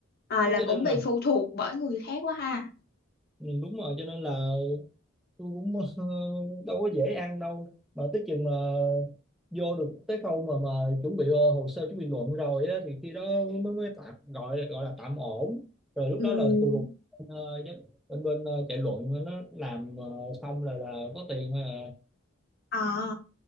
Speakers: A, on the left; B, in the centre.
A: à,
B: Đó
A: là
B: cho
A: cũng
B: nên
A: bị
B: là
A: phụ thuộc bởi người khác quá ha
B: ừ, đúng rồi cho nên là tôi cũng ờ, đâu có dễ ăn đâu mà tới chừng mà vô được tới khâu mà mà chuẩn bị ờ, hồ sơ chuẩn bị luận rồi á, thì khi đó mới mới tạm gọi gọi là tạm ổn rồi lúc
A: ừ
B: đó là phụ thuộc ờ, giám- bên bên ờ, chạy luận nó làm ờ, xong là là có tiền thôi à.
A: à